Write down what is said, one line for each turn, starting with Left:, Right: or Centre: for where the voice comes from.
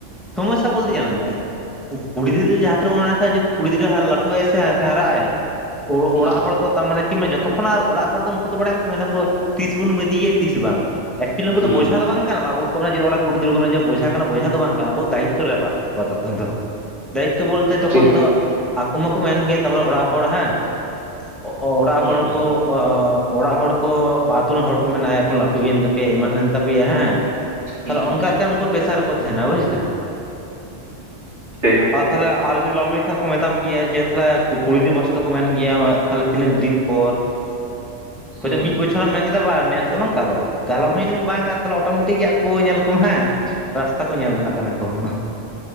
Centre: ᱥᱚᱢᱚᱥᱥᱟ ᱵᱚᱞᱛᱮ ᱧᱮᱞ ᱢᱮ ᱠᱩᱲᱤ ᱜᱤᱫᱽᱨᱟᱹ ᱡᱟᱦᱟᱸ ᱛᱤᱱᱟᱹᱜ <unintelligible> ᱡᱚᱫᱤ ᱠᱩᱲᱤ ᱜᱤᱫᱽᱨᱟᱹ ᱞᱟᱹᱴᱩᱜᱼᱟᱭ ᱥᱮ ᱦᱟᱨᱟᱜᱼᱟᱭ ᱚᱲᱟᱜ
Right: ᱦᱩᱸ
Centre: ᱦᱚᱲ ᱫᱚ ᱛᱟᱨᱢᱟᱱᱮ ᱡᱚᱛᱚ ᱠᱷᱚᱱᱟᱜ ᱚᱲᱟᱜ ᱦᱚᱲ ᱫᱚ ᱩᱱᱠᱩ ᱫᱚ ᱵᱟᱲᱟᱭᱟᱢ ᱥᱮ ᱢᱮᱱᱟ ᱠᱚ ᱛᱤᱥ ᱵᱚᱱ ᱵᱤᱫᱟᱭ ᱮᱭᱟ ᱛᱤᱥ ᱵᱟᱝ ᱾ ᱮᱠᱪᱩᱭᱮᱞᱤ ᱩᱱᱠᱩ
Right: ᱦᱩᱸ
Centre: ᱫᱚ ᱵᱚᱡᱷᱟ ᱫᱚ ᱵᱟᱝ ᱠᱟᱱᱟ ᱟᱵᱚ ᱠᱚ ᱠᱩᱲᱤ ᱠᱚ ᱵᱚᱡᱷᱟ ᱠᱟᱱᱟ ᱵᱚᱡᱷᱟ ᱫᱚ ᱵᱟᱝ ᱟᱵᱚ ᱫᱟᱭᱤᱛᱛᱚ ᱨᱮ ᱯᱟᱲᱟᱜ ᱛᱟᱠᱚᱣᱟ ᱛᱚᱠᱷᱚᱱ ᱫᱚ ᱾ ᱫᱟᱭᱤᱛᱛᱚ ᱵᱚᱞᱛᱮ ᱛᱚᱠᱷᱚᱱ
Right: ᱴᱷᱤᱠ
Centre: ᱫᱚ ᱩᱱᱠᱩ ᱢᱟᱠᱚ ᱢᱮᱱ ᱜᱮᱭᱟ ᱛᱟᱯᱚᱨᱮ ᱚᱲᱟᱜ ᱦᱚᱲ ᱦᱮᱸ ᱚᱲᱟᱜ
Right: ᱦᱩᱸ
Centre: ᱦᱚᱲ ᱠᱚ ᱚᱲᱟᱜ ᱦᱚᱲ ᱠᱚ ᱟᱹᱛᱩ ᱨᱮᱱ ᱦᱚᱲ ᱠᱚ ᱢᱮᱱᱟ ᱮᱠᱷᱚᱱ ᱞᱟᱹᱴᱩᱭᱮᱱ ᱛᱟᱯᱮᱭᱟ ᱮᱢᱟᱱᱮᱱ ᱛᱟᱯᱮᱭᱟ ᱦᱮᱸ ᱾ ᱛᱟᱦᱚᱞᱮ
Right: ᱦᱩᱸ
Centre: ᱚᱱᱠᱟ ᱛᱮ ᱩᱱᱠᱩ ᱯᱮᱥᱟᱨ ᱨᱮᱠᱚ ᱛᱟᱦᱮᱱᱟ ᱵᱩᱡ <inaudible>
Right: ᱴᱷᱤᱠ
Centre: ᱟᱨ ᱛᱟᱦᱞᱮ ᱟᱨ ᱡᱩ ᱞᱟᱵᱷ ᱢᱮᱨᱮᱡᱽ ᱠᱷᱟᱱ ᱠᱚ ᱢᱮᱛᱟᱢ ᱜᱮᱭᱟ ᱡᱮ ᱛᱟᱦᱚᱞᱮ ᱠᱩᱲᱤ ᱜᱤᱫᱽᱨᱟ ᱯᱟᱥᱮ ᱫᱚᱠᱚ ᱢᱮᱱ ᱜᱮᱭᱟ ᱛᱟᱦᱞᱮ ᱛᱤᱱᱟᱹᱜ ᱫᱤᱱ ᱯᱚᱨ ᱾ ᱦᱳᱭᱛᱚ
Right: ᱦᱩᱸ
Centre: ᱢᱤᱫ ᱵᱚᱪᱷᱚᱨ ᱢᱮᱱ ᱠᱮᱫᱟ <unintelligible> ᱱᱟᱥᱮ ᱫᱚ ᱵᱟᱝ ᱠᱟᱞᱚᱢ ᱾ ᱠᱟᱞᱚᱢ ᱦᱚᱸ ᱡᱩᱫᱤᱢ ᱵᱟᱝᱟ ᱟᱨ ᱛᱟᱦᱚᱞᱮ ᱚᱴᱳᱢᱮᱴᱤᱠ ᱜᱮ ᱟᱠᱚ ᱧᱮᱞ ᱠᱚᱢ ᱦᱮᱸ ᱨᱟᱥᱛᱟ ᱠᱚ ᱧᱮᱞ ᱡᱚᱱᱟᱜ ᱠᱟᱱᱟ ᱠᱚᱦᱚᱸ ᱾